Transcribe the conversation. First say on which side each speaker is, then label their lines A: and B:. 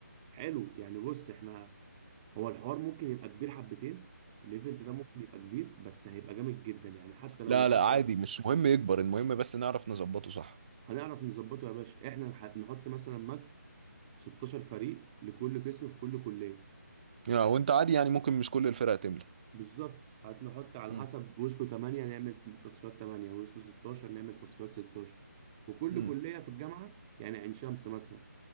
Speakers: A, on the right; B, on the right.
A: حلو يعني بص احنا هو الحوار ممكن يبقى كبير حبتين الايفنت ده ممكن يبقى كبير بس هيبقى جامد جدا يعني حتى لو
B: لا
A: وصلت
B: لا عادي مش مهم يكبر المهم بس نعرف نظبطه صح
A: هنعرف نظبطه يا باشا احنا نح- نحط مثلا ماكس 16 فريق لكل قسم في كل كلية
B: يعني وانت عادي يعني ممكن مش كل الفرق تملى
A: بالظبط هنحط على
B: امم
A: حسب وصلوا 8 نعمل تصفيات 8 وصلوا 16 نعمل تصفيات 16 وكل
B: امم
A: كلية في الجامعة يعني عين شمس مثلا